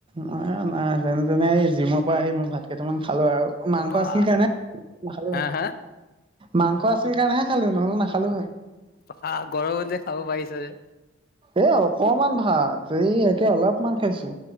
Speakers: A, on the right; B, on the left.
A: নাই নাই তেনে তেনে এই জিমৰ পৰা আহি মই ভাত কেইটামান। খালো আৰু মাংস
B: বা
A: আছিল কাৰণে ভাল
B: হা হা
A: মাংস আছিল কাৰণে। খালো নহ'লে নাখালো হয়।
B: বা গৰমত যে খাব পাৰিছ যে
A: এ অকমান ভাত, এই একে অলপমান বেছি খাইছো,